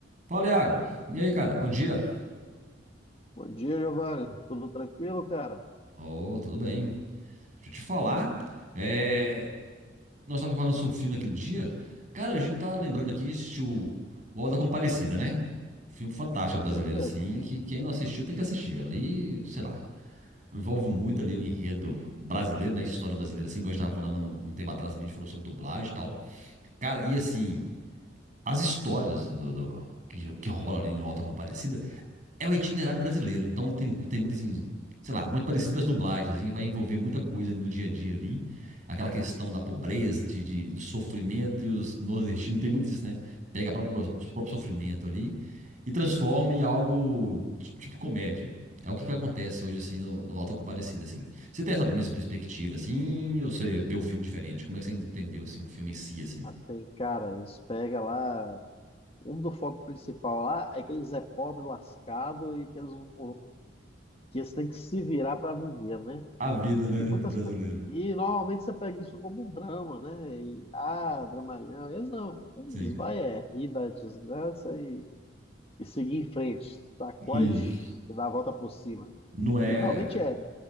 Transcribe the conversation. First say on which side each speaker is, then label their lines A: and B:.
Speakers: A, on the right; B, on the left.
A: Fala, Iago. E aí, cara? Bom dia.
B: Bom dia, Giovanni. Tudo tranquilo, cara?
A: Oh, tudo bem? Deixa eu te falar. é, Nós estávamos falando sobre o filme aquele dia. Cara, a gente tá lembrando aqui, assistiu o O Auto da Compadecida, né? Filme fantástico
B: Com
A: brasileiro,
B: certeza.
A: assim, que quem não assistiu tem que assistir. Ali, sei lá, envolve muito ali o enredo brasileiro, né? A história brasileira, assim, que a gente tava falando um um tempo atrás também, a gente falou sobre dublagem e tal. Cara, e assim, as histórias do, do- que, que rola ali no Auto da Compadecida é o itinerário brasileiro, então tem, tem muito assim, sei lá, muito parecido com as dublagens, a gente vai envolver muita coisa no dia a dia ali. Aquela questão da pobreza, de, de, do sofrimento, e os nordestinos tem muito isso, né? Pega a própria, os próprios sofrimentos ali e transforma em algo de tipo comédia. É o que, que acontece hoje, assim, no, no Auto da Compadecida, assim. Você tem essa mesma perspectiva, assim, ou você vê o filme diferente? Como é que você entendeu, assim, o filme em si, assim?
B: Ah, tem, cara, eles pegam lá. Um do foco principal lá é que eles é pobre, lascado e que eles não, que eles têm que se virar para viver, né?
A: A vida, né,
B: E muitas
A: do brasileiro.
B: pe- e normalmente você pega isso como um drama, né? E, ah, dramalhão. Eles não. Eles
A: Sim.
B: vai é rir da desgraça e, e seguir em frente. Sacode
A: Isso.
B: e dar a volta por cima.
A: Não é...
B: E realmente é.